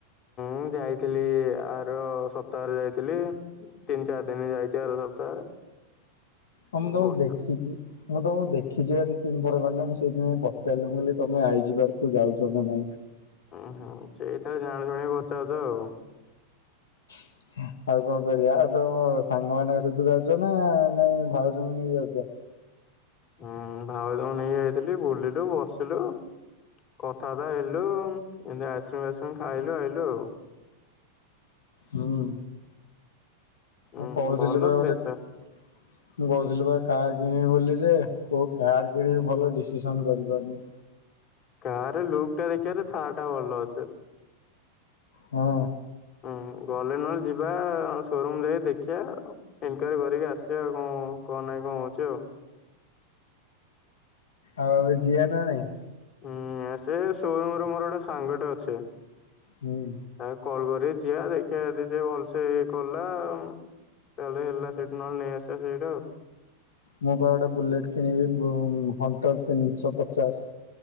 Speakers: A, on the left; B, on the left.
A: ମୁଁ ଯାଇଥିଲି ଆର ସପ୍ତାହରେ ଯାଇଥିଲି। ତିନ ଚାର ଦିନ ଯାଇଚି ଆର ସପ୍ତାହରେ।
B: ତମକୁ ତ
A: ବସ୍
B: ମୁଁ ଦେଖିଚି। ମୁଁ ତମକୁ ଦେଖିଚି ଦି ତିନି ଥର ଖଣ୍ଡେ। ମୁଁ ସେଇଥି ପାଇଁ ପଚାରିଲି। ମୁଁ କହିଲ ତମେ ଆଇଜି ପାର୍କକୁ ଯାଉଚ ନା ନାଇଁ।
A: ଉଁ ହୁଁ ସେଇଥି ପାଇଁ ଜାଣି ଶୁଣି ପଚାରୁଚ ଆଉ।
B: <inaudible> ଆଉ କଣ କରିବା ଆଉ ତମ ସାଙ୍ଗ ମାନଙ୍କ ସହିତ ଯାଉଚ ନା ନାଇଁ ଭାଉଜଙ୍କୁ ନେଇକି ଯାଉଚ?
A: ହୁଁ ଭାଉଜଙ୍କୁ ନେଇକି ଯାଇଥିଲି ବୁଲିଲୁ ବସିଲୁ। କଥାବାର୍ତ୍ତା ହେଲୁ ଏମତି ଆଇସ୍କ୍ରିମ୍ ଫାଇସ୍କ୍ରିମ୍ ଖାଇଲୁ ଆଇଲୁ ଆଉ।
B: ହୁଁ।
A: ହୁଁ
B: ମୁଁ କୋଉଥିଲି
A: ଭଲ
B: ପା ଗୋଟେ
A: ପ୍ଲେସ
B: ମୁଁ
A: ଟା
B: କୋଉଥିଲି ପା କାର୍ କିଣିବି ବୋଲି ଯେ କୋଉ କାର୍ କିଣିବି ଭଲ ଡିସିସନ୍ କରିପାରୁନି।
A: କାର୍ ଲୁକଟା ଦେଖିବାର ଅଛି। ସା‌ <unintelligible> ଟା ଭଲ ଅଛି।
B: ହଁ।
A: ହୁଁ ଗଲେ ନହେଲେ ଯିବା ସୋରୁମ ଯାଇ ଦେଖିବା ଆଉ। ଇନକ୍ୱାରି କରିକି ଆସିବା ଆଉ କ-କଣ ନାହିଁ କଣ ଅଛି ଆଉ।
B: ଆଉ ଆମେ ଯିବା ନା ନାଇଁ?
A: ହୁଁ ଆ ସେ ସୋରୁମରେ ମୋର ଗୋଟେ ସାଙ୍ଗଟେ ଅଛି। ତାକୁ
B: ହୁଁ।
A: କଲ୍ କରି ଯିବା ଦେଖିବା ଯଦି ଯଦି ସିଏ ଭଲସେ ଇଏ କଲା ଉଁ ତାହେଲେ ହେଲା ସେଇଠୁ ନହେଲେ ନେଇ ଆସିବା ସେଇଠୁ ଆଉ।
B: ମୁଁ ପା ଗୋଟେ ବୁଲେଟ୍ କିଣିବି ବୁ ହଣ୍ଟର ତିନିଶହ ପଚାଶ।